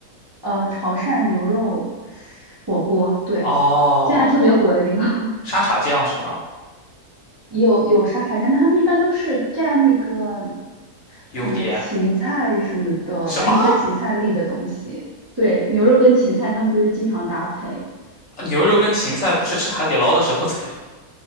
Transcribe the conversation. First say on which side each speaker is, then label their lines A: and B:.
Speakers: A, on the right; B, on the left.
A: 呃，潮汕牛肉火锅。对，
B: 哦，
A: 现在特别火的那个，<laughs>
B: 沙茶酱是吧？
A: 也有有沙茶酱，但他们一般都是蘸那个
B: 油碟？
A: 什么芹菜什么的，
B: 什么？
A: 反正就加芹菜粒的东西。对，牛肉跟芹菜他们就是经常搭配。
B: 牛肉跟芹菜不是吃海底捞的时候才有？